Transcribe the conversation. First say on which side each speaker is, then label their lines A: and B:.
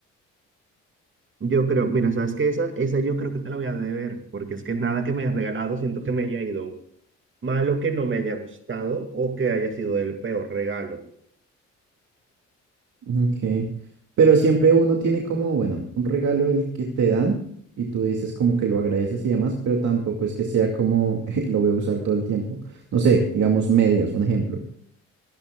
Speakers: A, on the right; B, on the right.
A: Yo creo, mira, ¿sabes qué? Esa, esa yo creo que te la voy a deber porque es que nada que me hayas regalado siento que me haya ido Malo que no me haya gustado o que haya sido el peor regalo.
B: Ok. Pero siempre uno tiene como, bueno, un regalo el que te dan y tú dices como que lo agradeces y demás, pero tampoco es que sea como <laughs> lo voy a usar todo el tiempo. No sé, digamos medias, un ejemplo.